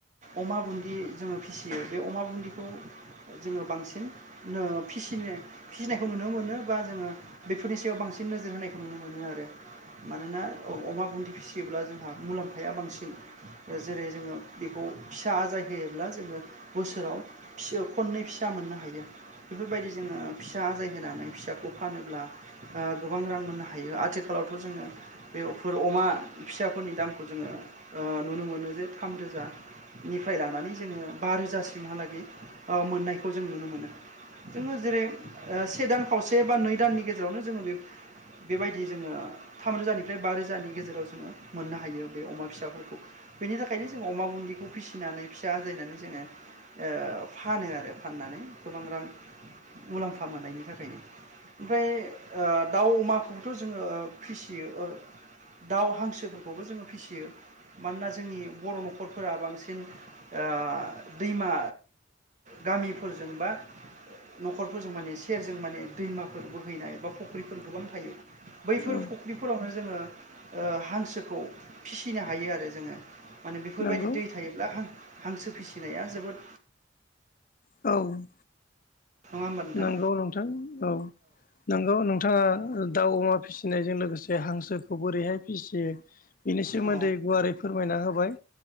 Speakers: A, on the right (about 40°); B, on the left (about 45°).
A: अमा बुन्दि जोङो फिसियो बे अमा बुन्दिखौ जोङो बांसिन नो फिसिनो फिनायखौ नुनो मोनो बा जोङो बेफोरनि सायाव बांसिन नोजोर होनायखौ नुनो मोनो आरो। मानोना औ अमा बुन्दि फिसियोब्ला जोंहा मुलाम्फाया बांसिन ओ जेरै जोङो बेखौ फिसा आजाय होयोब्ला जोङो बोसोराव फिसो खननै फिसा मोननो हायो। बेफोरबायदि जोङो फिसा आजाय होनानै फिसाखौ फानोब्ला ओ गोबां रां मोननो हायो आथिखालावथ' जोङो बेवफोर अमा फिसाफोरनि दामखौ जोङो ओ नुनो मोनो जे थामरोजा निफ्राय लानानै जोङो बा रोजासिमहालागै औ मोननायखौ जों नुनो मोनो। जोङो जेरै ओ से दान खावसे बा नै दाननि गेजेरावनो जोङो बे बेबायदि जोङो थाम रोजानिफ्राय बा रोजानि गेजेराव जोङो मोननो हायो बे अमा फिसाफोरखौ बेनि थाखायनो जों अमा बुनदि बेखौ फिसिनानै फिसा आजायनानै जोङो ओ फानो आरो फाननानै गोबां रां मुलाम्फा मोननायनि थाखायनो ओमफाय दाउ अमाखौबोथ' जोङो फिसियो ओ दाउ हांसोफोरखौबो जोङो फिसियो मानोना जोंनि बर' न'खर फोरा बांसिन ओ दैमा गामिफोरजों बा न'खरफोरजों माने सेरजों माने दैमाफोर बोहैनाय बा फुख्रिफोर गोबां थायो बैफोर
B: औ
A: फुख्रिफोरावनो जोङो ओ हांसोखौ फिसिनो हायो आरो जोङो माने बे बेफोरबायदि
B: नंगौ
A: दै थायोब्ला हां-हांसो फिसिनाया जोबोद
B: औ
A: नङा होमबा नोंथां
B: नंगौ नोंथां औ नोंगौ नोंथाङा दाउ अमा फिसिनायजों लोगोसे हांसोखौ बोरैहाय फिसियो बिनि सोमोन्दै
A: औ
B: गुवारै फोरमायना होबाय